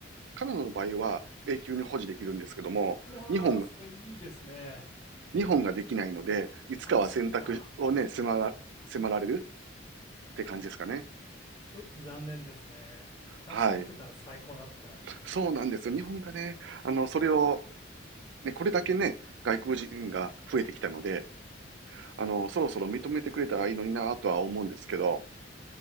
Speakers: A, on the right; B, on the left.
A: カナダの場合は永久に保持できるんですけども、
B: ー、
A: 日本が、
B: それいいですね。
A: 日本ができないので、いつかは選択をね、
B: あ、そっか。
A: 迫ら、迫られるって感じですかね。
B: ちょっと残念ですね。2つ持てたら最高だったのに。
A: はい。そうなんです。日本がね、あの、それを、ね、これだけね、外国人が増えてきたので、あの、そろそろ認めてくれたらいいのになぁとは思うんですけど、